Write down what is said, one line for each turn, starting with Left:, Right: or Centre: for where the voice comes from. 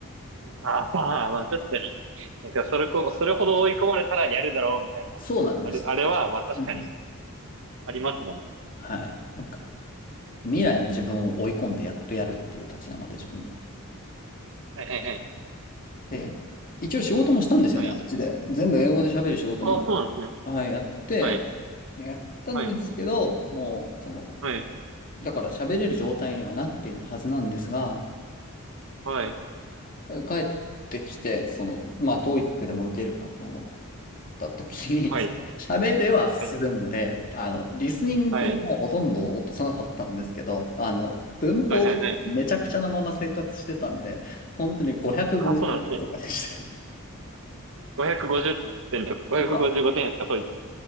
Right: あ、まあ、まあ、確かに。なんか、それこ、それほど追い込まれたらやるだろう、みたいな。
Left: そうなんです。
Right: あれ、あれは、まあ、確かに、
Left: うん。
Right: ありますもんね。
Left: はい。なんか未来の自分を追い込んでやっとやるっていうたちなので自分は。
Right: はいはいはい。
Left: で、一応仕事もしたんですよね、
Right: はい。
Left: あっちで。全部英語で喋る仕事も、
Right: あ、そうなんですね。
Left: はい、やって、
Right: はい。
Left: やったんですけど、
Right: はい。
Left: もうその、
Right: はい。
Left: だから喋れる状態にはなっていたはずなんですが、
Right: はい。
Left: 帰ってきて、その、まあ、ト o e i でも受けるかと思った時に、
Right: はい。
Left: <laughs> その喋れはするんで、
Right: はい。
Left: あの、リスニングもほとんど落とさなかったんですけど、
Right: はい。はい。はい。
Left: あの、文法とかめちゃくちゃなまま生活してたんで、
Right: はい。はい
Left: 本当に550とかでしたよ。
Right: あ、そうなんですね。550点とか、555点しか取り、
Left: <laughs> とか、